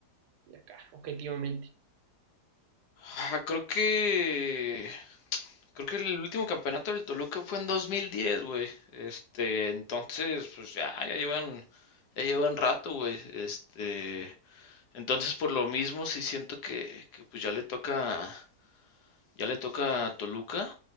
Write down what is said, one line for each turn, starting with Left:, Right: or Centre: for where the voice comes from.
Right: y acá, objetivamente.
Left: Ah, creo que creo que el último campeonato del Toluca fue en 2010, güey. Este, entonces, pues ya ya llevan ya llevan rato, güey. Este, entonces por lo mismo sí siento que que pues ya le toca ya le toca a Toluca.